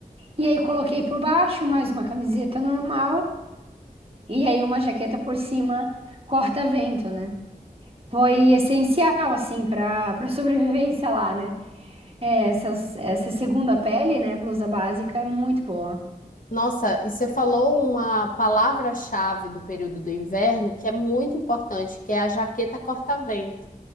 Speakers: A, on the right; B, on the left.
A: E aí, coloquei por baixo mais uma camiseta normal e aí uma jaqueta por cima corta-vento, né? Foi essencial, assim, para para sobrevivência lá, né? É, essas, essa segunda pele, né, blusa básica, é muito boa.
B: Nossa, e você falou uma palavra-chave do período do inverno que é muito importante, que é a jaqueta corta-vento.